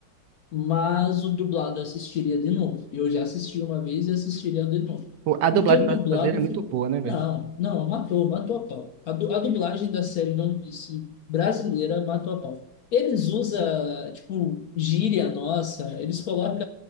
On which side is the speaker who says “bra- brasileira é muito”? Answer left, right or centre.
Right